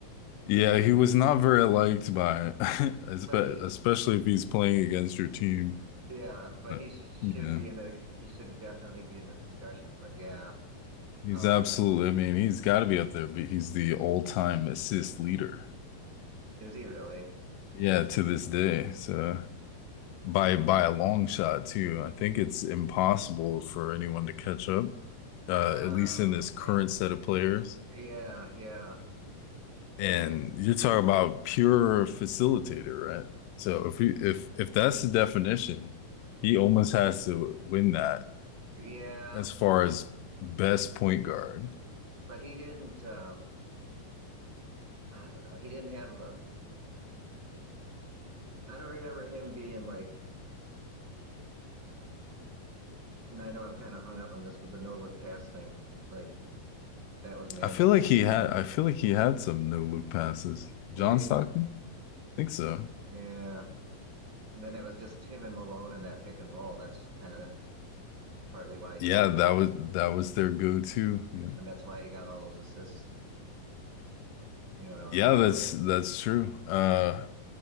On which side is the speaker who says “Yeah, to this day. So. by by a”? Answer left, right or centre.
Left